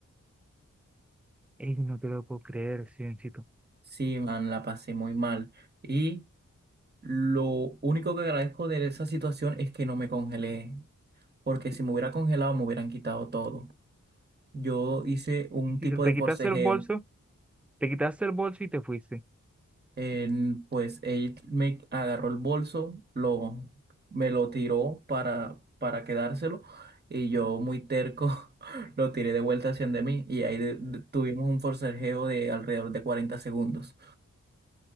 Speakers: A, in the centre; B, on the right.
A: Ey, no te lo puedo creer, Sioncito.
B: Sí, man, la pasé muy mal. Y lo único que agradezco de esa situación es que no me congelé, porque si me hubiera congelado me hubieran quitado todo. Yo hice un
A: Y si
B: tipo
A: te te
B: de forcejeo.
A: quitaste el bolso. Te quitaste el bolso y te fuiste.
B: En- pues él me agarró el bolso, lo, me lo tiró para, para quedárselo y yo muy terco <laughs> lo tiré de vuelta hacia de mí y ahí de- de- tuvimos un forcejeo de alrededor de 40 segundos.